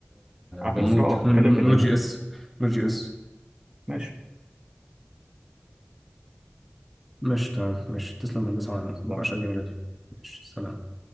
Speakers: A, on the right; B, in the centre.
A: آه، في
B: بنود
A: مصر اه نتكلم في العموم
B: نو جي اس نو جي اس
A: ماشي
B: مش تمام مش تسلم يا هندسة على المناقشة
A: تمام
B: الجميلة دي مش سلام